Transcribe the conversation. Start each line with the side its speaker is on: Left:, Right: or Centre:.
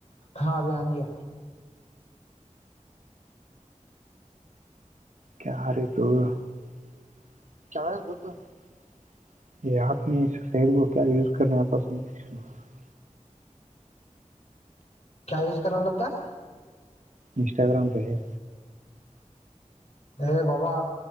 Left: ಹಾ ಅಭೀ ಅನಿಗಾ
Right: ಕ್ಯಾರೇ ತು <unintelligible> <unintelligible>
Left: ಕ್ಯಾ ಯೂಸ್ ಕರ್ನೆ ಲತ್ತಾ
Right: ಇನ್ಸ್ಟಾಗ್ರಾಮ್ ಪೇ ಹೈ
Left: ಹೇ ಬಾಬಾ